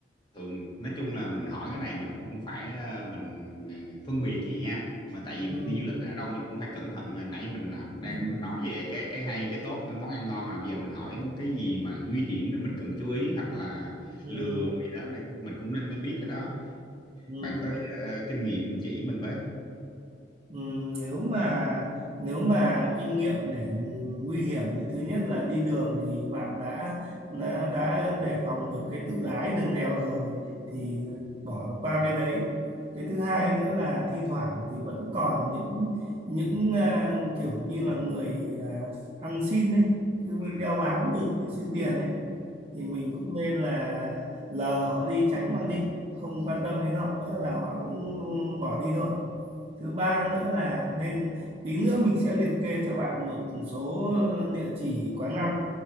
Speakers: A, on the left (about 25°); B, on the right (about 30°).
A: thường nói chung là mình hỏi cái này mình cũng không phải ờ, mình ờ, phân biệt gì nha mà tại vì
B: Ừ.
A: mình đi du lịch ở đâu mình cũng phải cẩn thận mà nãy giờ mình à, đang
B: Đúng, đúng.
A: nói về cái cái hay cái tốt cái món ăn ngon là giờ mình hỏi cái gì mà nguy hiểm để mình cần chú ý hoặc là
B: Ừ.
A: lừa gì đó để mình cũng nên biết cái đó
B: Ừ.
A: bạn có ờ, kinh nghiệm mình chỉ mình với
B: Ừm, nếu mà nếu mà kinh nghiệm để nguy hiểm thì thứ nhất là đi đường thì bạn đã đã đã đề phòng được cái tự lái đường đèo rồi thì
A: ừ,
B: bỏ qua cái đấy cái thứ hai nữa là thi thoảng thì vẫn còn những những à, kiểu như là người à, ăn xin đấy cứ
A: ừ,
B: đeo bám mình xin tiền đấy thì mình cũng nên là lờ họ đi tránh họ đi không quan
A: ừ,
B: tâm đến họ nữa là họ cũng bỏ đi thôi
A: ừ.
B: thứ ba nữa là nên tí nữa mình sẽ liệt kê cho bạn một số địa chỉ quán ăn